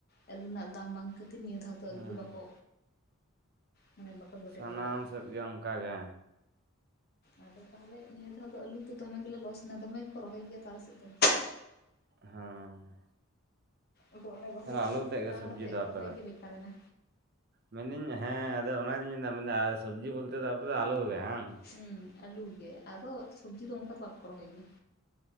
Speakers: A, on the left (about 45°); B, on the right (about 45°).
A: ᱟᱹᱞᱩ ᱨᱮᱱᱟᱜ ᱫᱟᱢ ᱵᱟᱝ ᱠᱷᱟᱹᱛᱤᱨ ᱱᱤᱭᱟᱹ ᱫᱷᱟᱣ ᱫᱚ ᱟᱹᱞᱩ
B: ᱦᱮᱸ
A: ᱫᱚ ᱵᱟᱠᱚ ᱢᱟᱱᱮ ᱵᱟᱠᱚ ᱡᱚᱴᱮᱫ
B: ᱥᱟᱱᱟᱢ
A: ᱵᱟᱲᱟᱭᱮᱫ ᱛᱟᱦᱮᱸᱫ
B: ᱥᱮᱫ ᱜᱮ ᱚᱱᱠᱟ ᱜᱮ
A: ᱟᱫᱚ ᱛᱟᱦᱚᱞᱮ ᱱᱤᱭᱟᱹ ᱫᱷᱟᱣ ᱫᱚ ᱟᱹᱞᱩ ᱫᱚ ᱫᱚᱢᱮ ᱜᱮᱞᱮ ᱞᱚᱥᱱᱟ ᱫᱚᱢᱮ ᱜᱮᱠᱚ ᱨᱚᱦᱚᱭ ᱜᱮᱭᱟ ᱛᱚ ᱟᱞᱮ ᱥᱮᱫ ᱫᱚ
B: ᱦᱮᱸ
A: ᱟᱫᱚ ᱚᱱᱮ ᱨᱚᱦᱚᱭ
B: ᱛᱟᱦᱚᱞᱮ ᱟᱹᱞᱩ ᱛᱮᱫ
A: ᱥᱟᱴᱟᱣ
B: ᱜᱮ ᱥᱚᱵᱽᱡᱤ
A: ᱠᱟᱛᱮᱫ
B: ᱫᱚ ᱟᱯᱮ
A: ᱨᱚᱦᱚᱭ
B: ᱫᱚ
A: ᱜᱮ ᱵᱮᱠᱟᱨ ᱮᱱᱟ
B: ᱢᱮᱱᱫᱟᱹᱧ ᱦᱮᱸ ᱟᱫᱚ ᱚᱱᱟᱜᱤᱧ ᱢᱮᱱᱫᱟ ᱢᱮᱱᱫᱟ ᱥᱚᱵᱽᱡᱤ ᱵᱚᱞᱛᱮ ᱫᱚ ᱟᱯᱮ ᱫᱚ ᱟᱹᱞᱩ ᱜᱮ ᱦᱟᱝ
A: ᱦᱮᱸ ᱟᱹᱞᱩ ᱜᱮ ᱟᱫᱚ ᱥᱚᱵᱽᱡᱤ ᱫᱚ ᱚᱱᱠᱟ ᱫᱚ ᱵᱟᱠᱚ ᱨᱚᱦᱚᱭ ᱜᱮᱭᱟ